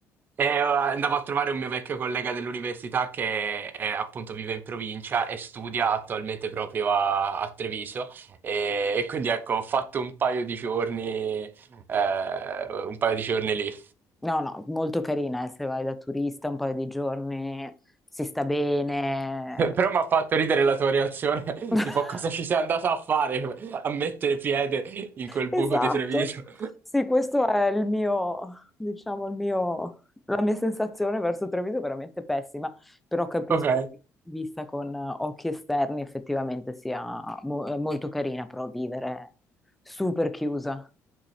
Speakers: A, on the right; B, in the centre.
A: E eh, andavo a trovare un mio vecchio collega dell'università che eh, appunto vive in provincia e studia attualmente proprio a, a Treviso e, e quindi ecco ho fatto un paio di giorni, eh, un paio di giorni lì.
B: No, no, molto carina, eh, se vai da turista un paio di giorni, si sta bene.
A: <laughs> Però mi ha fatto ridere la tua reazione, <laughs>
B: <laughs>
A: tipo cosa ci sei andata a fare <laughs> a mettere piede in quel
B: Esatto,
A: buco di Treviso. <laughs>
B: sì, questo è il mio, diciamo, il mio, la mia sensazione verso Treviso è veramente pessima, però capisco
A: Ok,
B: che vista con eh, occhi esterni effettivamente sia mo- eh, molto carina, però vivere super chiusa